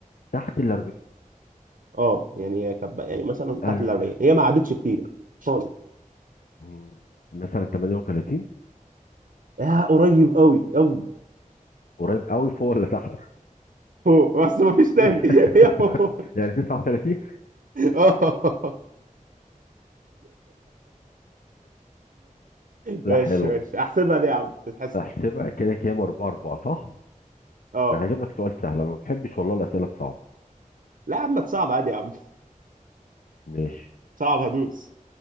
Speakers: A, on the left (about 80°); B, on the right (about 85°).
A: تحت ال
B: اه يعني هي كب... يعني مثلا تحت
A: 40
B: ال 40 هي ما عدتش كتير خالص
A: مم. مثلا 38
B: آه قريب قوي قوي
A: قريب قوي فوق ولا تحت
B: فوق بس ما فيش
A: <laughs>
B: تاني <laughs> هي فوق
A: يعني 39
B: اه <laughs>
A: لا
B: ماشي
A: حلو
B: ماشي احسبها دي يا عم تتحسب
A: احسبها كده كام 4 4 صح
B: اه
A: انا هجيب لك سؤال سهل انا ما بحبش والله الاسئله الصعبه
B: لا يا عم صعب عادي يا عم
A: ماشي
B: صعب هدوس